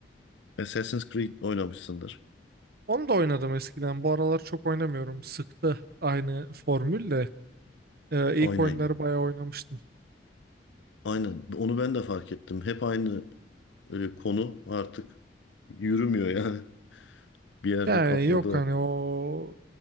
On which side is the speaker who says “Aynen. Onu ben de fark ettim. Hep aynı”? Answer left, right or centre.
Left